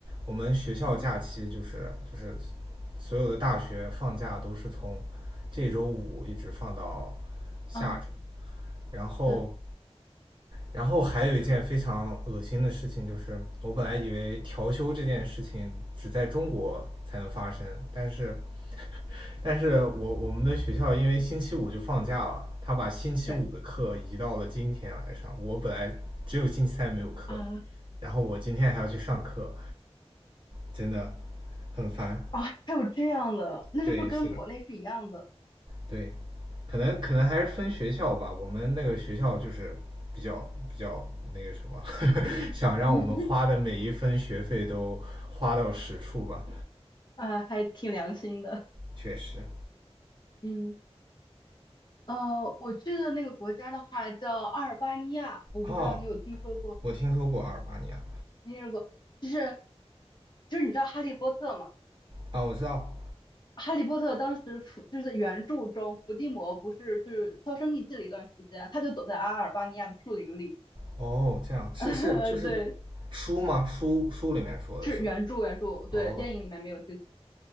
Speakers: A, on the right; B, on the left.
A: 我们学校假期就是就是
B: 嗯
A: 所有的大学放假都是从这周五一直放到下周，
B: 啊，
A: 然后
B: 对
A: 然后还有一件非常恶心的事情，就是我本来以为调休这件事情只在中国才能发生，但是，<laughs> 但是我我们的学校因为星期五就放假了，他把星期五的课移到了今天来上。
B: 对
A: 我本来只有星期三没有课，
B: 啊，
A: 然后我今天还要去上课，真的很烦。
B: 啊，还有这样的，那是不是跟国内是一样的？
A: 对，是的。对，可能可能还是分学校吧。我们那个学校就是比较比较那个什么，<laughs> 想让我们花的每一分学费都花到实处吧。
B: <laughs> 啊，还挺良心的。
A: 确实，
B: 嗯，呃，我去的那个国家的话叫阿尔巴尼亚，我不知道你有听说过吗？
A: 哦，我听说过阿尔巴尼亚
B: 尼说过，就是就是你知道《哈利波特》吗？
A: 啊，我知道。
B: 《哈利波特》当时伏就是在原著中，伏地魔不是就是销声匿迹了一段时间，他就躲在阿尔巴尼亚的树林里。
A: 哦，这样是是就是
B: <laughs> 对，
A: 书吗？书书里面说的是吗？
B: 是原著原著，
A: 哦
B: 对，电影里面没有剧情。